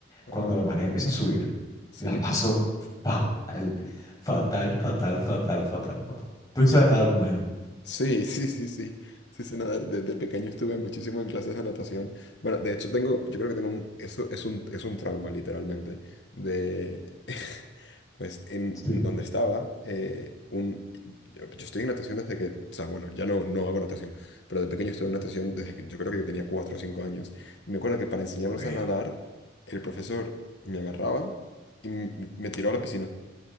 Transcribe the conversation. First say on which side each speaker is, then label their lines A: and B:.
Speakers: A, on the left; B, on the left.
A: Ajá.
B: cuando la marea empieza a subir,
A: Sí,
B: la paso fatal, fatal, fatal, fatal, fatal, fatal. Tú no sabes
A: cre-
B: nadar, me imagino.
A: sí, <laughs> sí, sí, sí. Sí, sé nadar. Desde pequeño estuve muchísimo en clases de natación. Bueno, de hecho tengo, yo creo que tengo un, eso es un, es un trauma literalmente. De, <laughs> pues en
B: Sí.
A: en donde estaba, eh, un, yo, yo estoy en natación desde que, o sea, bueno, ya no, no hago natación, pero de pequeño estuve en natación desde que yo creo que tenía cuatro o cinco años. Y me acuerdo que para enseñarnos
B: Ok.
A: a nadar, el profesor me agarraba y m- me tiró a la piscina